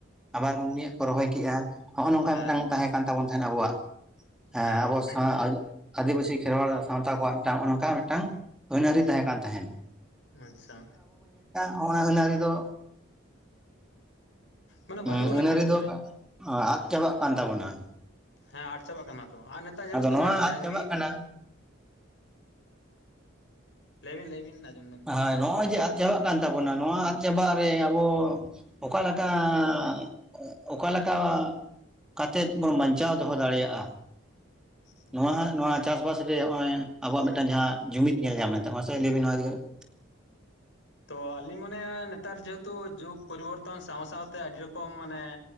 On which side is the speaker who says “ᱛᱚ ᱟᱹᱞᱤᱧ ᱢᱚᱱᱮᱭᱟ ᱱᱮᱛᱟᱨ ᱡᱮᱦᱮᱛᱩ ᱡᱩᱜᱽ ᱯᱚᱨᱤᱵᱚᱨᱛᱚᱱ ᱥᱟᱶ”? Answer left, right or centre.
Left